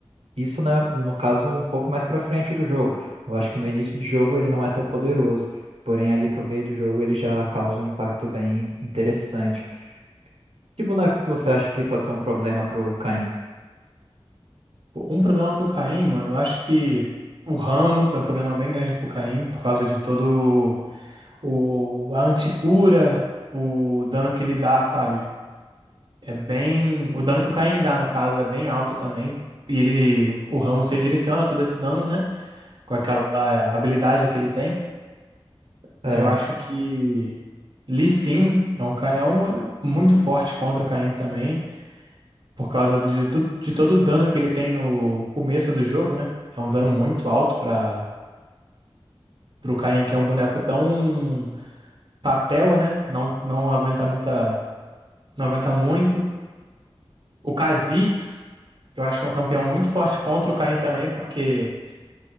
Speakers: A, on the right; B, on the right.
A: isso, né, no caso, um pouco mais pra frente do jogo. Eu acho que no início de jogo ele não é tão poderoso. Porém, ali pro meio do jogo ele já causa um impacto bem interessante. Que bonecos que você acha que pode ser um problema pro Caim?
B: Pô, um problema pro Caim, mano. Eu acho que o Ramos é um problema bem grande pro Caim, por causa de todo o... a anticura, o dano que ele dá, sabe? É bem. O dano que o Caim dá, no caso, é bem alto também. E ele, o Ramos redireciona todo esse dano, né? Com aquela habilidade que ele tem.
A: É,
B: Eu acho que Lee Sin é um, ca- é um muito forte contra o Caim também, por causa do- do- de todo o dano que ele tem no começo do jogo, né? É um dano muito alto para o Caim, que é um boneco tão papel, né? Não, não aguenta muita, não aguenta muito. O Kha'Zix, eu acho que é um campeão muito forte contra o Caim também, porque